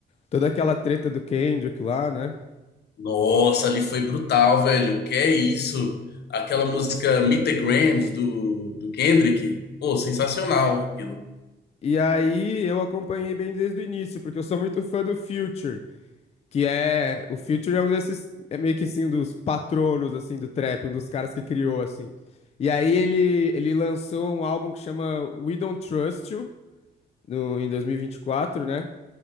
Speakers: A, on the left; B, on the left.
A: toda aquela treta do Kendrick lá, né?
B: Nossa, ali foi brutal, velho. Que é isso? Aquela música Meet the Grams do, do Kendrick. Pô, sensacional aquilo.
A: E aí eu acompanhei bem desde o início, porque eu sou muito fã do Future. Que é. O Future é um desses. É meio que assim, um dos patronos, assim, do trap, um dos caras que criou, assim. E aí ele, ele lançou um álbum que chama We Don't Trust You, no, em 2024, né?